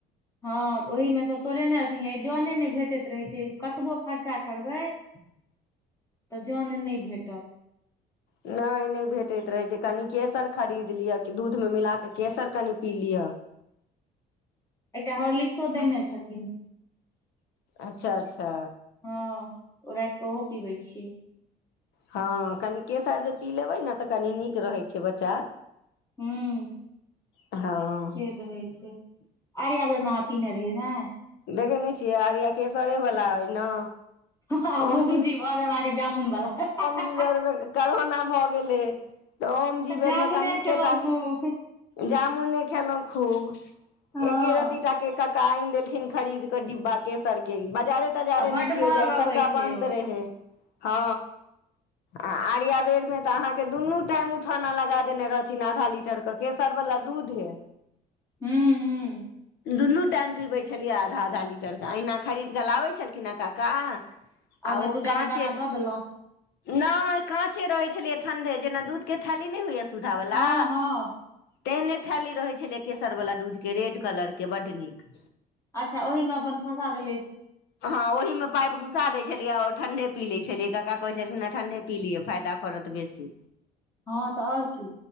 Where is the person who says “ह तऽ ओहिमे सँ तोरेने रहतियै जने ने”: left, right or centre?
Left